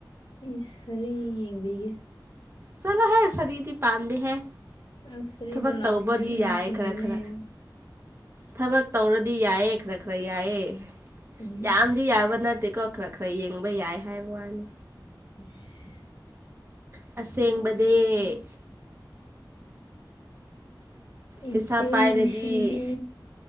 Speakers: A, on the left; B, on the right.
A: ꯏꯁ ꯁꯔꯤ ꯌꯦꯡꯕꯤꯒꯦ
B: ꯆꯂꯣ ꯍ ꯁꯔꯤꯗꯤ ꯄꯥꯟꯗ ꯍꯥꯏ
A: ꯑꯁ ꯁꯥꯔꯤꯗ
B: ꯊꯕꯛ
A: ꯂꯥꯎꯕꯗꯤ
B: ꯇꯧꯕꯗꯤ
A: ꯏꯅꯥꯛ
B: ꯌꯥꯏ
A: ꯈꯨꯟꯕꯅꯦ
B: ꯈꯔ ꯈꯔ ꯊꯕꯛ ꯇꯧꯔꯗꯤ ꯌꯥꯏꯌꯦ ꯈꯔ ꯈꯔ ꯌꯥꯏꯌꯦ
A: ꯏꯁ
B: ꯌꯥꯝꯗꯤ ꯌꯥꯕ ꯅꯠꯇꯦꯀꯣ ꯈꯔ ꯈꯔ ꯌꯦꯡꯕ ꯌꯥꯏ ꯍꯥꯏꯕ ꯋꯥꯅꯤ
A: ꯏꯁ
B: ꯑꯁꯦꯡꯕꯗꯤ
A: ꯂꯣꯏꯔꯦꯗꯅ
B: ꯄꯩꯁꯥ
A: ꯏꯆꯦ
B: ꯄꯥꯏꯔꯗꯤ
A: ꯅꯨꯡꯁꯤꯕꯤ